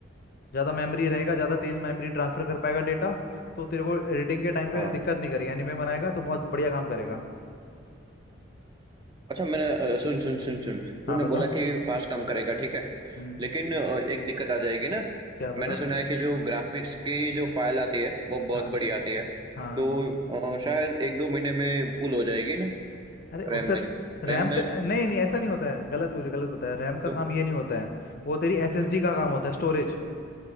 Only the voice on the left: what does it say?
ज़्यादा मेमोरी रहेगा ज़्यादा तेज़ मेमोरी ट्रांसफ़र कर पाएगा डेटा तो तेरे को एडिटिंग के टाइम पे
दिक्कत नहीं करेगी एनिमे बनाएगा तो बहुत बढ़िया काम करेगा
हाँ बता
हम्म
क्या बता
हाँ
हाँ
अरे
उससे
रैम
से
नहीं
नहीं ऐसा नहीं होता है गलत हो रही, गलत बताया रैम का
काम ये नहीं होता है वो तेरी एसएसडी का काम होता है स्टोरेज